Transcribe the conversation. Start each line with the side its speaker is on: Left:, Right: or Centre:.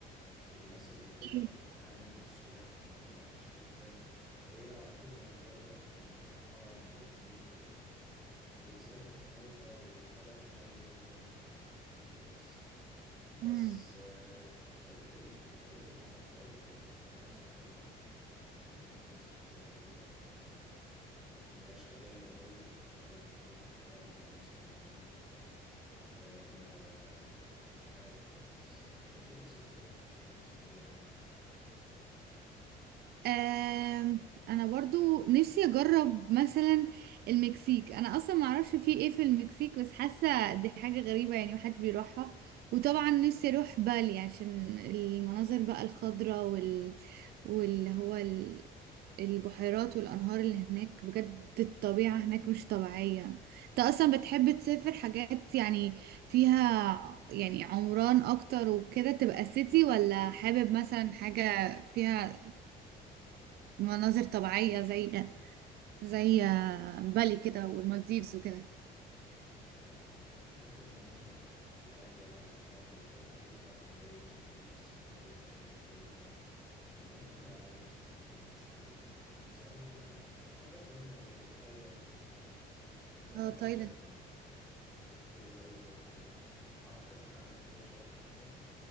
Centre: والناس اللي فيها
Right: إيه؟
Centre: بتتعامل مع السياح بمعاملة وحشة جدا وهي على طول بقى دلوقتي أغلب اللي فيها عرب وهنود و- وجنسيات مختلفة وبلد غالية جدا في باريس بس
Right: مم.
Centre: آه، بقية ال... بقية المحافظات يعني اللي في فرنسا حلوة والناس بتبقى أنضف وما فيهاش أجانب قوي يعني أغلب اللي فيها بيبقى فعلا فرنساويين آه، مش عارف يعني بس آه، أنتي نفسك تسافري فين أصلا غير أمريكا؟
Right: آم، انا برضو نفسي اجرب مثلا المكسيك انا اصلا ما اعرفش في ايه في المكسيك بس حاسه دي حاجه غريبه يعني محدش بيروحها وطبعا نفسي اروح بالي عشان المناظر بقى الخضراء وال واللي هو ال... البحيرات والانهار اللي هناك بجد الطبيعه هناك مش طبيعيه انت اصلا بتحب تسافر حاجات يعني فيها يعني عمران اكتر وكده تبقى سيتي ولا حابب مثلا حاجه فيها مناظر طبيعية زي زي آه، بالي كده والمالديفز وكده
Centre: لا أحب المناظر الحتت الهادية والمناظر الطبيعية فعلا زي المالديفز وزي بالي وزي أظن آه، يعني مش فاكر كانت تنزانيا ولا كان في حاجة تانية برضو تايلاند مثلا في كذا
Right: اه
Centre: حتة
Right: تايلاند
Centre: كانت آه، حلوة قوي برضو أعرف كذا حد راح فيها شهر العسل